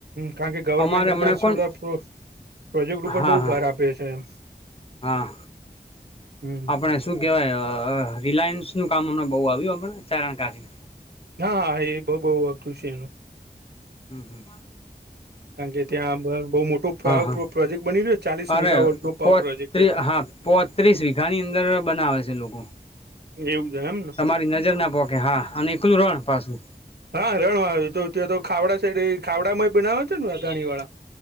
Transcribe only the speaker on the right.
કારણ કે ગવર્મેન્ટ
તાર
સોલાર પ્રોજેક્ટ ઉપર
બહુ
ભાર આપે છે એ
હમ
હા હા એ બહુ બહુ આવતું છે એનું
કારણ કે ત્યાં બહુ મોટો પર
પ્રોજેક્ટ બની રહ્યો છે ચાલીસ
મેગાવોલ્ટ ન પાવર
પ્રોજેક્ટ છે.
એવું જ એમ ને
હા રણવા તો ત્યાં તો ખાવડા સાઈડ ખાવડામાં બનાવે છે ને આ ગાણી વાળા